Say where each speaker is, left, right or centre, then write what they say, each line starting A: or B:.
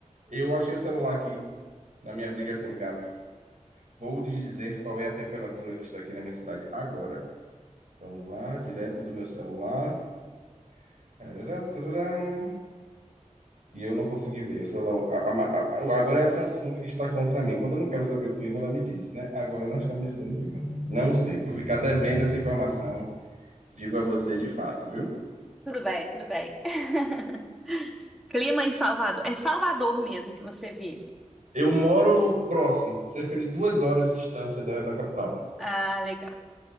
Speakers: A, on the right (about 75°); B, in the centre.
A: eu achei o celular aqui na minha briga com os gatos. Vou lhe dizer qual é a temperatura que está aqui na minha cidade agora. Vamos lá, direto do meu celular. Tararam, tararam. E eu não consegui ver. O celular, a- a- a- agora é a Samsung que está contra mim. Quando eu não quero saber o clima, ela me diz, né? Agora não está me dizendo o clima. Não sei, por ficar devendo essa informação, digo a você de fato, viu?
B: Tudo bem, tudo bem. <laughs> Clima em Salvador. É Salvador mesmo que você vive.
A: Eu moro próximo, cerca de duas horas de distância da, da capital.
B: Ah, legal.